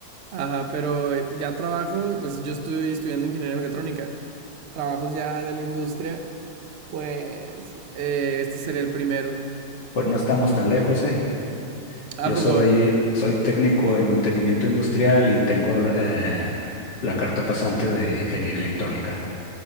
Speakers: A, on the right (about 45°); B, on the left (about 60°).
A: ajá, pero ya trabajos, pues yo estoy estudiando ingeniería mecatrónica. Trabajos ya de la industria, pues, eh, este sería el primero.
B: Pues no estamos tan lejos, ¿eh?
A: ¿A
B: Yo
A: poco?
B: soy, soy técnico en mantenimiento industrial y tengo eh, la carta pasante de ingeniería electrónica.